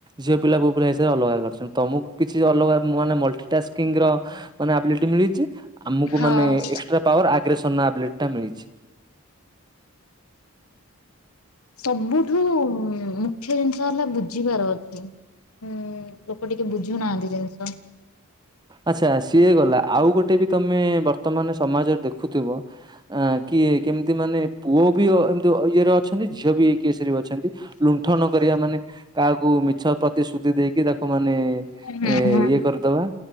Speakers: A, on the right (about 20°); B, on the left (about 85°).
A: ଝିଅ ପିଲା ପୁଅ ପିଲା ହିସାବରେ ଅଲଗା କରିଛନ୍ତି ତମୁକୁ କିଛି ଅଲଗା ମାନେ ମଲ୍ଟି ଟାସ୍କିଙ୍ଗ ର ମାନେ ଆବଲିଟି ମିଳିଚି ଆମୁକୁ
B: ହଁ।
A: ମାନେ ଏକ୍ସଷ୍ଟ୍ରା ପାୱାର ଆଗ୍ରେଶନ ର ଆବିଲିଟି ଟା ମିଳିଛି।
B: ସବୁଠୁ ଉଁ ମୁଖ୍ୟ ଜିନିଷ ହେଲା ବୁଝିବାର ଅଛି ଉଁ ଲୋକ ଟିକେ ବୁଝୁନାହାନ୍ତି ଜିନିଷ।
A: ଆଛା ସିଏ ଗଲା ଆଉ ଗୋଟେ ବି ତମେ ବର୍ତ୍ତମାନ ସମାଜରେ ଦେଖୁଥୁବ। ଆ କିଏ କେମିତି ମାନେ ପୁଅ ବି ଅ ଏମିତି ଅ ଇଏରେ ଅଛନ୍ତି ଝିଅ ବି ଏଇ କେସରେ ବି ଅଛନ୍ତି ଲୁଣ୍ଠନ କରିବା ମାନେ କାହାକୁ ମିଛ ପ୍ରତିଶ୍ରୁତି ଦେଇକି ତାକୁ ମାନେ
B: ହୁଁ ହୁଁ
A: ଏ ଇଏ କରିଦବା।